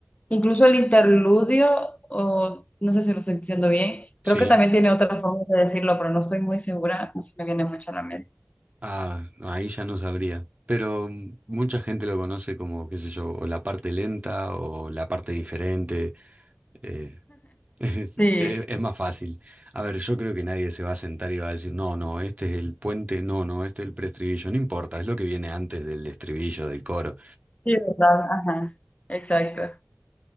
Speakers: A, on the left; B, on the right.
A: Incluso el interludio, o no sé si lo estoy diciendo bien, creo
B: sí.
A: que también tiene otra forma de decirlo, pero no estoy muy segura, no se me viene mucho a la mente.
B: Ah, no, ahí ya no sabría. Pero mm, mucha gente lo conoce como, qué sé yo, o la parte lenta o la parte diferente. eh, Es, es-
A: Sí,
B: es más fácil. A ver, yo creo que nadie se va a sentar y va a decir, no, no, este es el puente, no, no, este es el preestribillo, no importa, es lo que viene antes del estribillo, del coro.
A: sí, ¿verdad? Ajá, exacto.